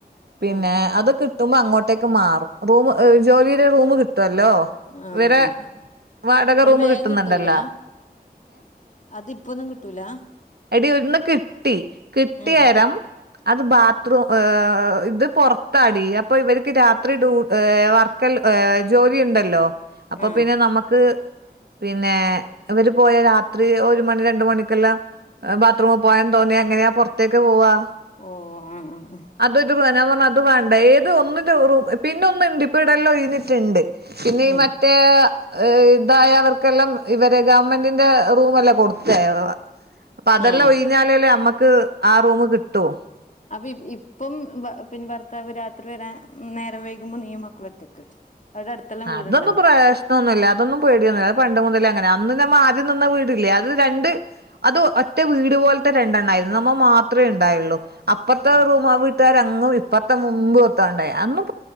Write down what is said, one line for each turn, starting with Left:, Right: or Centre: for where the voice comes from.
Right: പിന്നെ
Left: ഉം
Right: അത് കി കിട്ടുമ്പോ അങ്ങോട്ടേക്ക് മാറും. Room ജോലിടെ room കിട്ടൊല്ലോ.
Left: ആഹ്
Right: ഇവരെ
Left: ആഹ്
Right: വാടക
Left: അത്
Right: റൂമ്
Left: ബേഗം
Right: കിട്ടുന്നുണ്ടല്ല.
Left: കിട്ടൂല അത് പ്പോന്നും കിട്ടൂല ആഹ്.
Right: എടി ഒന്ന് കിട്ടി. കിട്ടിയേരം
Left: ഉം
Right: അത് ബാത്റൂം ഏഹ് ഇത് പോറത്താടി. അപ്പൊ ഇവർക്ക് രാത്രി ഡ്യൂ ഏഹ് വർ കൽ ഏഹ് ജോലി ഉണ്ടല്ലോ. അപ്പൊ
Left: ആഹ്
Right: പിന്നെ നമുക്ക്, പിന്നെ ഇവര് പോയ രാത്രി ഒരു മണി രണ്ട് മണിക്കെല്ലാം, ബാത്റൂമിൽ പോവാൻ തോന്നിയാ, എങ്ങനെയാ പുറത്തേക്ക് പോവാ.
Left: ഓ ആഹ ആ ആ.
Right: അത ഇതു വേനാ പറഞ്ഞ്. ഞാ പറഞ്ഞ അത് വേണ്ട. ഏത് ഒന്നിന്റെ റൂം പിന്നെ ഒന്നു ഉണ്ട്, ഇപ്പ ഇവിടെല്ലാം ഒഴിഞ്ഞിട്ടുണ്ട്. പിന്നെ
Left: ഉം
Right: ഈ മറ്റേ, ഏഹ് ഇതായവർക്കെല്ലാം ഇവര് ഗവൺമെന്റിന്റെ റൂമെല്ലാം കൊടുത്തേ വാ. അപ്പ അതെല്ലാം
Left: ആഹ്
Right: ഒഴിഞ്ഞാലല്ലേ നമ്മക്ക് ആ റൂമ് കിട്ടൂ.
Left: അപ്പ ഇപ്പം, പിന്നെ ഭർത്താവ് രാത്രി വരാൻ നേരം വൈകുമ്പോ നീയും മക്കളും ഒറ്റക്ക്. അവിടെ അടുത്തെല്ലാം
Right: അതൊന്നും
Left: വീടുണ്ടാ
Right: പ്രശ് ന്നുല്ല. അതൊന്നും പേടിയൊന്നുല്ല. അഹ് പണ്ട് മുതലേ അങ്ങന. അന്നു ഞമ്മ ആദ്യം നിന്ന വീടില്ലേ അത് രണ്ട്, അത് ഒറ്റ വീട് പോലത്തെ രണ്ടെണ്ണ ആരുന്നു. നമ്മ മാത്രേ ഉണ്ടായള്ളൂ. അപ്പുറത്തെ
Left: ഉം
Right: റൂം അ വി ട്ടുകാര അങ്ങും ഇപ്പത്തെ മുമ്പ് ഒത്താണ്ടായി. അന്നും